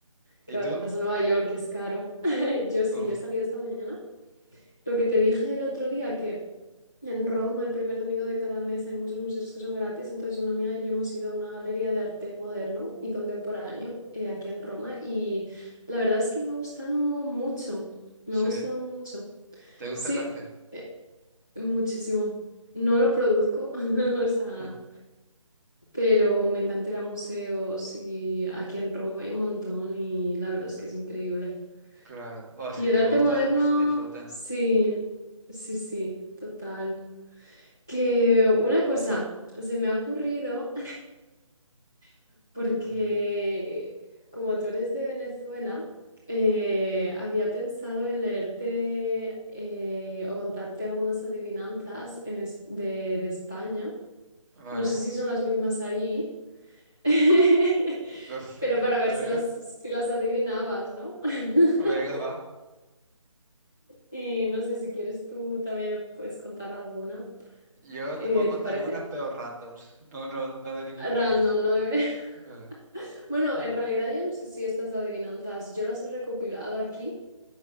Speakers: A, in the centre; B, on the right.
A: Que
B: ¿Y tú?
A: vas a Nueva York y es caro. <laughs> Yo sí,
B: Uf,
A: yo he salido esta mañana. Lo que te dije el otro día, que en Roma, el primer domingo de cada mes, hay muchos museos que son gratis. Entonces, una amiga y yo hemos ido a una galería de arte moderno y contemporáneo eh, aquí en Roma. Y la verdad es que me ha gustado mucho. Me
B: sí.
A: ha gustado mucho.
B: ¿Te gusta
A: Sí,
B: el arte?
A: eh, muchísimo. No lo produzco, <laughs> o sea,
B: <laughs>
A: pero me encanta ir a museos y aquí en Roma hay un montón y la verdad es que es increíble.
B: Claro. O
A: Y
B: si
A: el
B: te
A: arte
B: gusta,
A: moderno,
B: se disfruta.
A: sí, sí, sí, total. Que una cosa se me ha ocurrido <laughs> porque
B: A ver.
A: como tú eres de Venezuela, eh, había pensado en leerte eh, o contarte algunas adivinanzas en es- de de España.
B: Vale.
A: No sé si son las mismas allí, <laughs>
B: No sé.
A: pero para ver
B: A
A: si
B: ver.
A: las, si las adivinabas, ¿no? <laughs>
B: Venga, va.
A: Y no sé si quieres tú también me puedes contar alguna.
B: Yo
A: Eh,
B: te puedo contar
A: ¿te parece?
B: algunas pero randoms, no, no, no de ningún
A: Random,
B: país.
A: ¿no? debe-
B: Vale.
A: <laughs> Bueno,
B: Ah,
A: en realidad yo no sé si estas adivinanzas, yo las he recopilado aquí